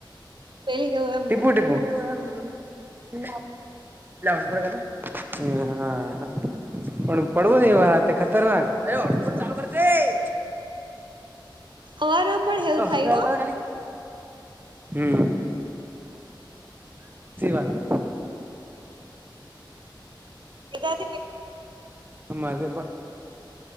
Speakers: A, on the right; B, on the right.
A: તેલ જેવો એમ
B: ટીપુ ટીપુ <unintelligible> હમ હા હા પડિયો ન અહી તો ખાતરના <unintelligible>
A: સવારમાં પણ એવું
B: હોટસ્પોટ
A: થયું
B: આલ ખાલી હમ હ <unintelligible>
A: <unintelligible> હા
B: હા મારે